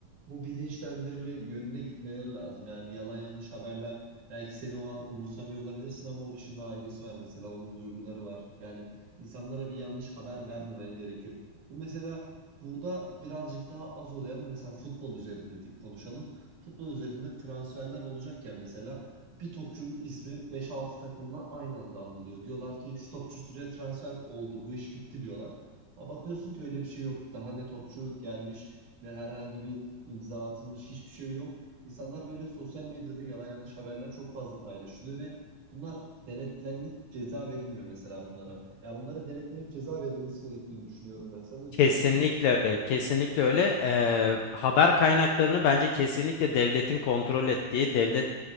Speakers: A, on the right (about 70°); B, on the left (about 80°).
A: bu bilinçlendirme yönüne gitmeleri lazım. Yani yalan yanlış haberler belki seni o an umursamıyor olabilirsin ama o kişinin ailesi var mesela onun duyguları var. Yani insanlara bir yanlış haber vermemen gerekiyor. Bu mesela burada birazcık daha az oluyor ama mesela futbol üzerinde di- konuşalım. Futbol üzerinde transferler olacakken mesela bir topçunun ismi beş altı takımla aynı anda anılıyor. Diyorlar ki şu topçu şuraya transfer oldu bu iş bitti diyorlar. Ama bakıyorsun ki öyle bir şey yok. Daha ne topçu gelmiş ne herhangi bir imza atılmış hiçbir şey yok. İnsanlar böyle sosyal medyada yalan yanlış haberler çok fazla paylaşılıyor ve bunlar denetlenip ceza verilmiyor mesela bunlara. Yani bunlara denetlenip ceza verilmesi gerektiğini düşünüyorum ben. Sen ne
B: Kesinlikle
A: düşünüyorsun?
B: öyle, kesinlikle öyle. Eee, haber kaynaklarını bence kesinlikle devletin kontrol ettiği, devlet